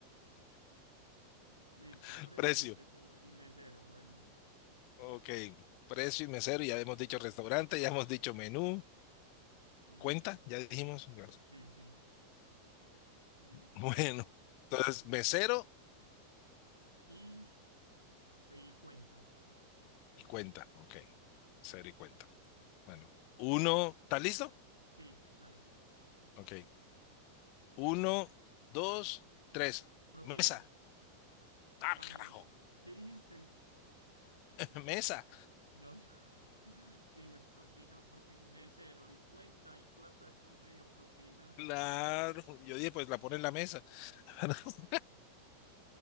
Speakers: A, on the right; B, on the left.
A: Listo,
B: <laughs>
A: precio
B: Precio.
A: y mesero, y mesero. Bueno,
B: Ok. Precio y mesero. Ya hemos dicho restaurante, ya hemos dicho menú.
A: sí,
B: Cuenta, ya dijimos. <laughs>
A: sí, sí. Listo,
B: Bueno.
A: dale.
B: Entonces, mesero
A: Y, y cuenta.
B: Y cuenta, ok. Cero y cuenta. Bueno, uno, ¿estás listo?
A: Sí, dale.
B: Ok. Uno, dos, tres.
A: Propina.
B: Mesa. Ah,
A: Ay,
B: carajo.
A: ¿qué dijiste?
B: <laughs> Mesa.
A: No, yo, <laughs> yo dije propina porque mesero y cuenta y plata de por medio, propina.
B: Claro.
A: <laughs>
B: Yo dije, pues la pone en la mesa. <laughs>